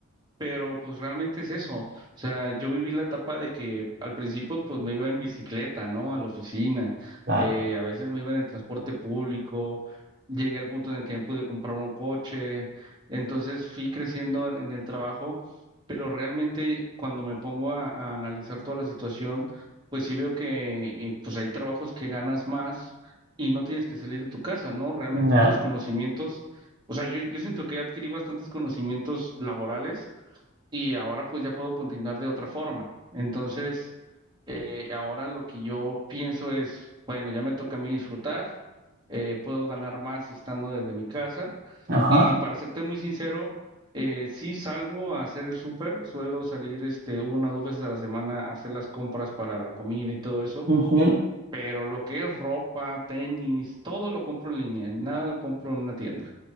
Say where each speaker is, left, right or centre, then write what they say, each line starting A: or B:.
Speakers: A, on the right; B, on the right.
A: pero pues realmente es eso. O sea, yo viví la etapa de que al principio pues me iba en bicicleta, ¿no? A la oficina.
B: Claro.
A: Eh, a veces me iba en el transporte público. Llegué al punto en el que me pude comprar un coche. Entonces fui creciendo en, en el trabajo. Pero realmente cuando me pongo a, a analizar toda la situación, pues sí veo que eh, pues hay trabajos que ganas más y no tienes que salir de tu casa, ¿no? Realmente
B: Ya.
A: tus conocimientos... O sea, yo, yo siento que adquirí bastantes conocimientos laborales y ahora pues ya puedo continuar de otra forma. Entonces, eh, ahora lo que yo pienso es, bueno, ya me toca a mí disfrutar, eh, puedo ganar más estando desde mi casa
B: Ajá.
A: y para serte muy sincero, eh, sí salgo a hacer el súper, suelo salir este, una o dos veces a la semana a hacer las compras para la comida y todo eso,
B: Ujú.
A: pero lo que es ropa, tenis, todo lo compro en línea, nada lo compro en una tienda.